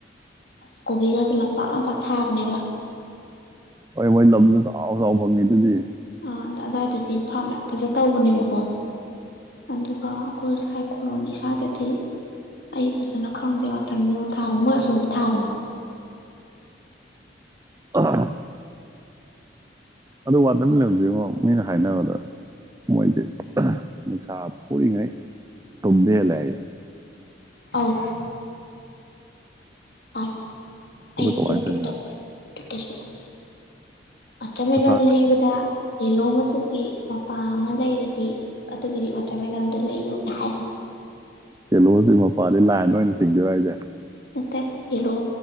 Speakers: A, on the left (about 65°); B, on the right (about 20°).
A: ꯑꯁ ꯀꯣꯕꯤꯒꯁꯦ ꯂꯝꯄꯥꯛ ꯂꯝꯄꯥꯛ ꯊꯥꯕꯅꯦꯕ
B: ꯃꯣꯏ ꯃꯣꯏ ꯅꯝꯁꯦ ꯆꯣꯎ ꯆꯥꯎꯅꯐꯪ ꯑꯗꯨꯗꯤ
A: ꯑ ꯑꯗꯥꯏꯗꯨ ꯗꯤ ꯐꯥꯝ ꯌꯥꯝ ꯐꯖ ꯇꯧꯕꯅꯦꯕꯀꯣ ꯑꯗꯨꯒ ꯑꯩꯈꯣꯏ ꯁ꯭ꯥꯏ ꯀꯣꯂꯣꯅꯤ ꯏꯁ꯭ꯋꯥꯏꯗꯗꯤ ꯑꯩ ꯐꯖꯅ ꯈꯪꯗꯦ ꯋꯥꯇꯔ ꯃꯦꯂꯣꯟ ꯊꯥꯕ ꯃꯣꯏ ꯁꯣꯟꯗꯤ ꯊꯥꯕꯅꯦ
B: ꯑ <unintelligible> ꯑꯗꯨ ꯋꯥꯗ ꯋꯥꯇꯔ ꯃꯦꯂꯣꯜ ꯁꯦ ꯉꯣ ꯃꯤꯅ ꯍꯥꯏꯅꯕꯗ ꯃꯣꯏꯁꯦ ꯅꯨꯡꯁꯥ ꯐꯨꯔꯤꯉꯩ ꯇꯨꯝꯕ ꯍꯦꯜꯂꯦ ꯍꯥꯏꯌꯦ
A: ꯑꯧ <unintelligible>
B: ꯑꯗꯨ
A: ꯑꯩ
B: ꯀꯃꯥꯏꯅ
A: ꯌꯨꯇꯨꯕ
B: ꯇꯧꯔꯤꯅꯣ
A: ꯇ ꯎꯔꯦ ꯌꯨꯇꯨꯕ ꯇꯁꯨ ꯎꯔꯦ ꯋꯥꯇꯔ ꯃꯦꯂꯣꯜ
B: ꯅꯨꯡꯁꯥ
A: ꯂꯩꯕꯗ ꯌꯦꯂꯣ ꯃꯆꯨꯒꯤ ꯃꯄꯥꯝ ꯑꯃ ꯂꯩꯔꯗꯤ ꯑꯗꯨꯒꯤꯗꯤ <unintelligible> ꯂꯩꯆꯨ ꯀ <unintelligible>
B: ꯆꯦꯂꯣ ꯁꯦ ꯃꯄꯥꯜꯗꯩ ꯂꯥꯏꯟ ꯑꯣꯏꯅ ꯆꯤꯡꯗꯣꯏꯔꯣ ꯍꯥꯏꯁꯦ
A: ꯅꯠꯇꯦ ꯌꯦꯜꯂꯣ